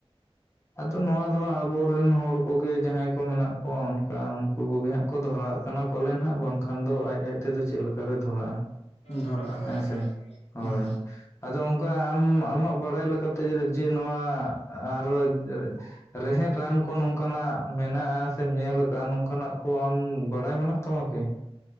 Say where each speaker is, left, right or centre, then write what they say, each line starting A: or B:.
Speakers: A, on the left; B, on the left.
A: ᱟᱫᱚ ᱱᱚᱣᱟ ᱫᱚ ᱦᱟᱸᱜ ᱟᱵᱚᱨᱮᱱ ᱦᱚᱲ ᱠᱚᱜᱮ ᱡᱟᱦᱟᱸᱭ ᱠᱚ ᱢᱮᱱᱟᱜ ᱠᱚᱣᱟ ᱚᱱᱠᱟ ᱦᱚᱠᱩ ᱠᱩᱜᱮ ᱦᱟᱸᱜ ᱠᱚ ᱫᱷᱚᱨᱟᱣᱟᱜ ᱠᱟᱱᱟ ᱯᱟᱞᱮᱱ ᱦᱟᱸᱜ ᱵᱟᱝᱠᱷᱟᱱ ᱫᱚ ᱟᱡ ᱟᱡ ᱛᱮᱫᱚ ᱪᱮᱫ ᱠᱟᱨᱮ ᱫᱷᱚᱨᱟᱜᱼᱟ
B: ᱫᱷᱚᱨᱟᱜᱼᱟ
A: ᱦᱮᱸ ᱥᱮ ᱦᱳᱭ
B: ᱦᱮᱸ ᱦᱮᱸ
A: ᱟᱫᱚ ᱚᱱᱠᱟ ᱟᱢ ᱟᱢᱟᱜ ᱵᱟᱲᱟᱭ ᱞᱮᱠᱟᱛᱮ ᱡᱮ ᱱᱚᱣᱟ ᱟᱨᱚ ᱨᱮᱦᱮᱫ ᱨᱟᱱ ᱠᱚ ᱱᱚᱝᱠᱟᱱᱟᱜ ᱢᱮᱱᱟᱜᱼᱟ ᱥᱮᱢ ᱧᱮᱞ ᱟᱠᱟᱫᱼᱟ ᱱᱚᱝᱠᱟᱱᱟᱜ ᱠᱚ ᱟᱢ ᱵᱟᱲᱟᱭ ᱢᱮᱱᱟᱜ ᱛᱟᱢᱟ ᱠᱤ